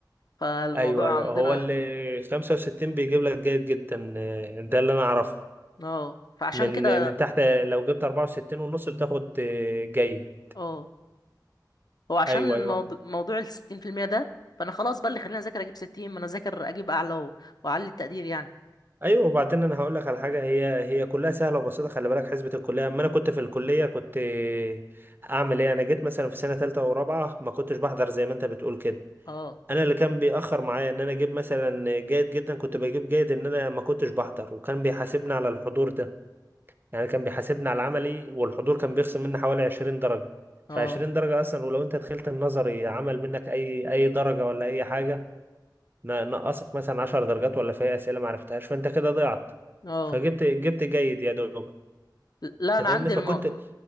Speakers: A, on the left; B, on the right.
A: فالموضوع
B: أيوه أيوه
A: عندنا
B: هو اللي 65 بيجيب لك جيد جدا آه، ده اللي أنا أعرفه
A: اه فعشان
B: من
A: كده
B: من تحت لو جبت 64 ونص بتاخد آه، جيد
A: اه هو عشان
B: أيوه أيوه
A: موضوع, موضوع ال 60% ده فانا خلاص بقى اللي خلينا اذاكر اجيب 60 ما انا اذاكر اجيب اعلى و- واعلي التقدير يعني
B: أيوه وبعدين أنا هقول لك على حاجة هي هي كلها سهلة وبسيطة خلي بالك حسبة الكلية أما أنا كنت في الكلية كنت آه، أعمل إيه أنا جيت مثلا في سنة تالتة ورابعة ما كنتش بحضر زي ما أنت بتقول كده
A: اه
B: انا اللي كان بيأخر معايا ان انا اجيب مثلا جيد جدا كنت بجيب جيد ان انا ما كنتش بحضر وكان بيحاسبني على الحضور ده يعني كان بيحاسبني على العملي والحضور كان بيخصم مني حوالي 20 درجة
A: اه
B: ف 20 درجة اصلا ولو انت دخلت النظري عمل منك اي اي درجة ولا اي حاجة ن- نقصك مثلا 10 درجات ولا في اسئلة ما عرفتهاش فانت كده ضيعت
A: اه
B: فجبت جبت جيد يا دوب
A: لا
B: انت
A: انا
B: فاهمني
A: عندي
B: فكنت
A: الم